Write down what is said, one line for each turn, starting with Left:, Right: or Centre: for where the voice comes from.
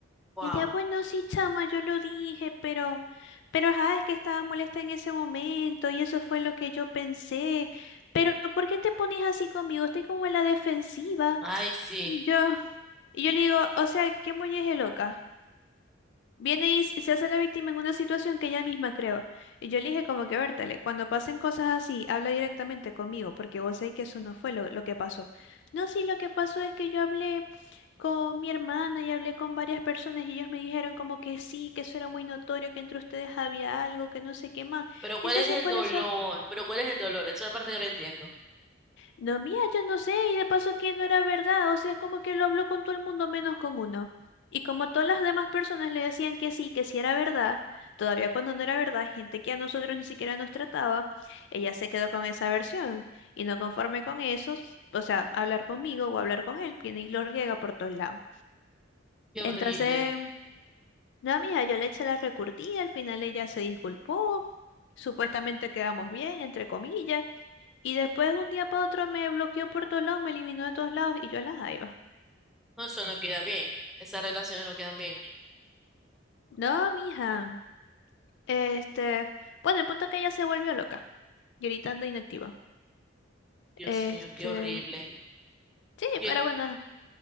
Centre: Wow.
Left: Y ella, bueno, sí, chama, yo lo dije, pero, pero, ajá, es que estaba molesta en ese momento y eso fue lo que yo pensé. Pero, ¿por qué te pones así conmigo? Estoy como en la defensiva.
Centre: Ay, sí.
Left: Y yo, y yo le digo, o sea, ¿qué molleje loca? Viene y s- se hace la víctima en una situación que ella misma creó. Y yo le dije como que, Bertale, cuando pasen cosas así, habla directamente conmigo, porque vos sabés que eso no fue lo, lo que pasó. No, sí, lo que pasó es que yo hablé con mi hermana y hablé con varias personas y ellos me dijeron como que sí, que eso era muy notorio, que entre ustedes había algo, que no sé qué más.
Centre: Pero ¿cuál
Left: Entonces,
Centre: es el
Left: por
Centre: dolor?
Left: eso...
Centre: Pero ¿cuál es el dolor? Esa es la parte que no entiendo.
Left: No, mía, yo no sé, y de paso que no era verdad, o sea, es como que lo habló con todo el mundo menos con uno. Y como todas las demás personas le decían que sí, que sí era verdad, todavía cuando no era verdad, gente que a nosotros ni siquiera nos trataba, ella se quedó con esa versión. Y no conforme con eso, s- o sea, hablar conmigo o hablar con él, viene y lo riega por todos lados.
Centre: Qué
Left: Entonces,
Centre: horrible.
Left: no, mija, yo le eché la recurtida, al final ella se disculpó, supuestamente quedamos bien, entre comillas. Y después un día para otro me bloqueó por todos lados, me eliminó de todos lados y yo la jaiba.
Centre: No, eso no queda bien. Esas relaciones no quedan bien.
Left: No, mija. Este, bueno, el punto es que ella se volvió loca, gritando inactiva.
Centre: Dios
Left: Este,
Centre: mío, qué horrible.
Left: sí,
Centre: Y,
Left: pero bueno,